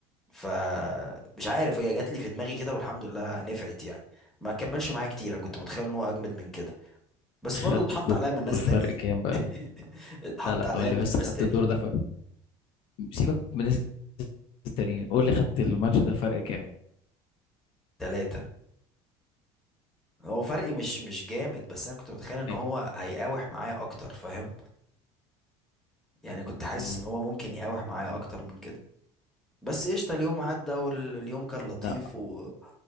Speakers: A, in the centre; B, on the left (about 55°).
A: فمش عارف هي جات لي في دماغي كده والحمد لله نفعت يعني ما كملش معايا كتير انا كنت متخيل ان هو اجمد من كده بس
B: خدت
A: برضه اتحط
B: الدور
A: عليا من ناس
B: فرق
A: تانيين
B: كام بقى
A: <laughs> اتحط
B: لا لا
A: عليا
B: قول لي
A: من
B: بس
A: ناس
B: خدت
A: تانيين
B: الدور ده ف... سيبك من الناس التانيين قول لي خدت الماتش ده فرق كام
A: تلاتة هو فرقي
B: يعني
A: مش مش جامد بس انا كنت متخيل ان
B: إيه؟
A: هو هيقاوح معايا اكتر فاهم يعني كنت حاسس
B: مم.
A: ان هو ممكن يقاوح معايا اكتر من كده بس قشطة اليوم عدى واليوم كان لطيف
B: لا
A: و